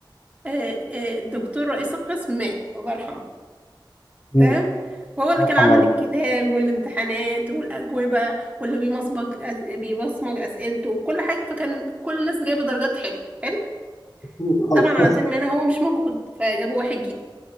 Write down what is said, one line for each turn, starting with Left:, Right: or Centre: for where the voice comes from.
Right: آه، آه، الدكتور رئيس القسم مات الله يرحمه
Left: مم،
Right: تمام فهو اللي
Left: سنة
Right: كان عامل
Left: حمراء.
Right: الكتاب والامتحانات والأجوبة واللي بيمصبك أس- بيبصمج أسئلته وكل حاجة فكان كل الناس جايبة درجات حلوة حلو
Left: <laughs>
Right: طبعا على ترم أنا هو مش موجود فجابوا واحد